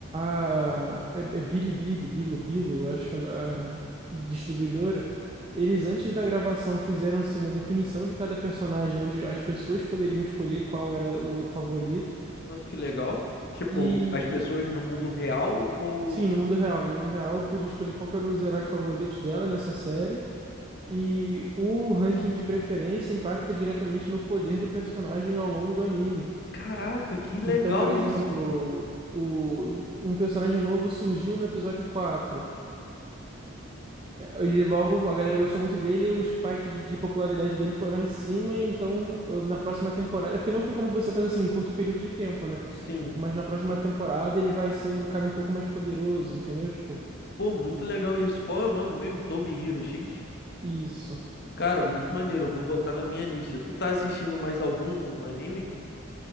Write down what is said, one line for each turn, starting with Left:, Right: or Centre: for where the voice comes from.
Right: a é, é Bilibili, Bilibilo, acho que é a distribuidora, eles antes da gravação fizeram assim uma definição de cada personagem, onde as pessoas poderiam escolher qual era o favorito.
Left: Nossa, que legal. Tipo,
Right: E
Left: as pessoas no mundo real ou.
Right: Sim, no mundo real. No mundo real, eu pude escolher qual que eram os heróis favoritos dela nessa série. E o ranking de preferência impacta diretamente no poder do personagem ao longo do anime.
Left: Caraca, que legal
Right: Então, por exemplo,
Left: isso.
Right: o, um personagem novo surgiu no episódio quatro É, Ele logo, a galera gostou muito dele, e o spike de, de popularidade dele foi lá em cima. Então, ah, na próxima temporada. É porque não tem como você fazer assim em curto período de tempo, né?
Left: Sim.
Right: Mas na próxima temporada ele vai ser um cara um pouco mais poderoso, entendeu? Tipo,
Left: Pô, muito legal isso. Qual é o nome mesmo? Toby Hero X?
Right: isso.
Left: Cara, muito maneiro. Eu vou botar na minha lista. Tu tá assistindo mais algum anime?